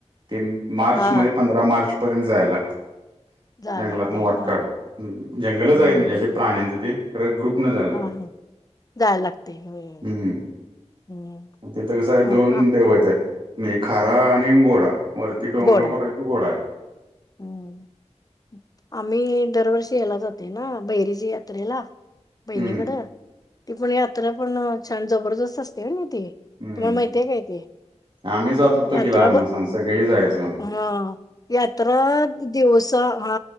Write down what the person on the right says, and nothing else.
ते मार्च
म पंधरा मार्च पर्यंत जायला लागते
जंगलातन
वाटका
जंगलच
आहे म्हणजे असे प्राण्यांचं ते ख ग्रुप न झायला
लाग
हम्
तिथं कसं आहे दोन
देव यत आहेत म्हणजे खारा आणि गोडा वरती डोंगरांगवर
आहे तू गोड आहे
हम्म
हम्म
आम्ही जातो तो
की लहान
असताना सगळे जायच